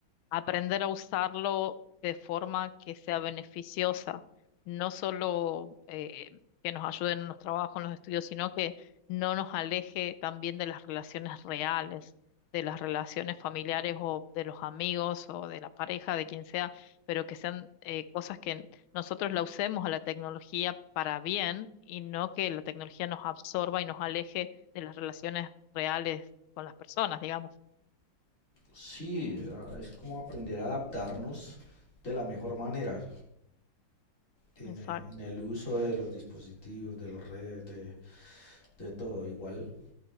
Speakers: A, on the left; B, on the left.
A: aprender a usarlo de forma que sea beneficiosa, no solo eh, que nos ayude en los trabajos, en los estudios, sino que no nos aleje también de las relaciones reales, de las relaciones familiares o de los amigos o de la pareja, de quien sea, pero que sean eh, cosas que nosotros la usemos a la tecnología para bien y no que la tecnología nos absorba y nos aleje de las relaciones reales con las personas, digamos.
B: Sí, a- es como aprender a adaptarnos de la mejor manera en,
A: Exacto.
B: eh, en el uso de los dispositivos, de las redes, de, de todo igual.